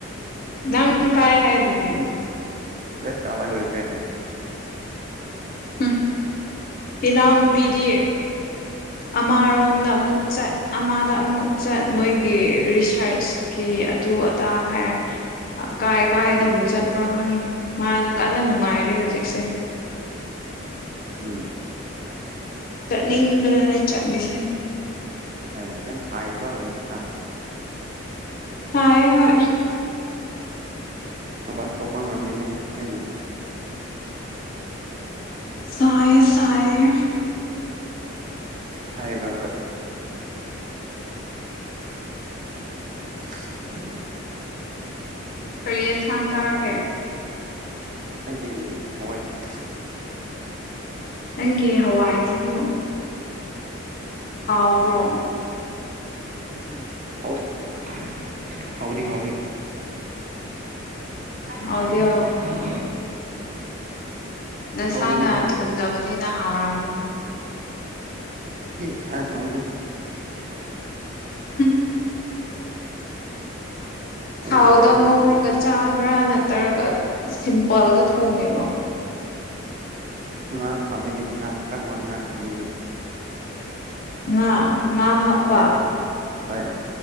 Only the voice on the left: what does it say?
ꯅꯪ ꯀꯥꯏ ꯍꯥꯏꯗꯨꯗꯤ
ꯎꯝ ꯄꯤꯅꯥꯎꯅꯨꯄꯤꯗꯤ ꯑꯃꯔꯣꯝꯗ ꯑꯃꯨꯛ ꯆꯠ ꯑꯃꯗ ꯑꯃꯨꯛ ꯆꯠ ꯃꯣꯏꯒꯤ ꯔꯤꯁꯔꯁ ꯀꯤ ꯑꯗꯨ ꯑꯗꯥ ꯍꯥꯏ ꯀꯥꯏ ꯀꯥꯏꯗꯕꯨ
ꯆꯠꯇꯄ꯭ꯔ ꯈꯪꯉꯅꯤ ꯃꯥꯅꯦ
ꯀꯟꯅ ꯅꯨꯡꯉꯥꯏꯔꯦ ꯍꯧꯖꯤꯛꯁꯦ
ꯆꯠꯅꯤꯡꯕꯗꯅꯦ ꯆꯠꯂꯤꯁꯦ
ꯁꯥꯏ ꯍꯣꯏ
ꯁꯥꯏ ꯁꯥꯏꯌꯦ
ꯀꯔꯤꯌꯦꯡꯁꯥꯡ ꯆꯥꯔꯒꯦ
ꯅꯪꯒꯤ ꯍꯋꯥꯏꯁꯤꯁꯨ ꯍꯥꯎꯕ꯭ꯔꯣ
ꯍꯥꯎꯗꯤ
ꯍꯥꯎ
ꯅꯁꯥꯅ
ꯊꯣꯡꯖꯕꯅꯤꯅ ꯍꯥꯎꯔꯝꯃꯅꯤ
ꯎꯝ
ꯊꯥꯎꯗ
ꯉꯧꯔꯒ
ꯆꯥꯕ꯭ꯔꯥ ꯅꯠꯇ꯭ꯔꯒ ꯁꯤꯝꯄꯜꯗ ꯊꯣꯡꯉꯤꯔꯣ
ꯉꯥ ꯉꯥ ꯍꯨꯕ